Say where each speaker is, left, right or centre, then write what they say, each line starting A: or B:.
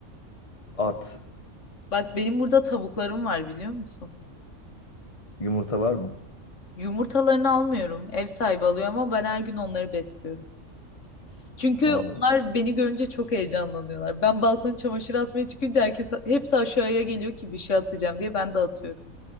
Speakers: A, on the left; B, on the left.
A: At.
B: Bak benim burada tavuklarım var biliyor musun?
A: Yumurta var mı?
B: Yumurtalarını almıyorum. Ev sahibi alıyor ama ben her gün onları besliyorum. Çünkü
A: Allah.
B: onlar beni görünce çok heyecanlanıyorlar. Ben balkona çamaşır asmaya çıkınca herkes hepsi aşağıya geliyor ki bir şey atacağım diye ben de atıyorum.